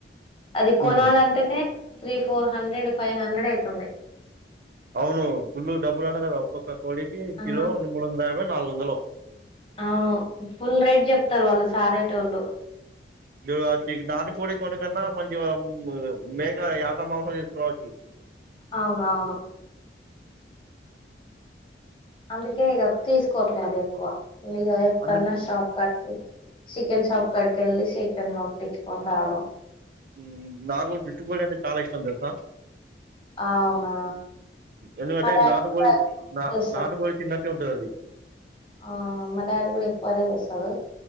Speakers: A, on the left (about 30°); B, on the right (about 50°).
A: అది కొనాలంటే
B: ఉమ్
A: నే three four hundred five hundred అయితుంది
B: అవును ఫుల్లు డబ్బు అట కదా ఒక్కొక్క కోడికి
A: ఆ
B: కిలో మూడు వందల యాభై నాలుగు వందలు
A: అవును ఫుల్ రేట్ చెప్తారు వాళ్ళు సాదేటోళ్ళు
B: <unintelligible> నాటుకోడి కోడి కన్నా మంచి మేక యాటా మాంసం తీసుకురావచ్చు
A: అవునవును అందుకే ఇగ తీసుకోట్లే అదెక్కువ ఇహ ఎట్టన్నా
B: అందు
A: షాప్ కాడికి చికెన్ షాప్ కాడికెళ్ళి చికెన్ కొట్టిచ్చుకొని రావడం
B: ఉ ఉ నాకు జుట్టుకోడి అంటే చాలా ఇష్టం తెలుసా,
A: అవునా
B: ఎందుకంటే
A: మా డాడీ
B: నాటు
A: కూడా
B: కోడి నా
A: చేస్తాడు
B: నాటు కోడి తిన్నట్టే ఉంటది అది
A: ఆ మా డాడీ కూడా ఎక్కువదే తెస్తాడు,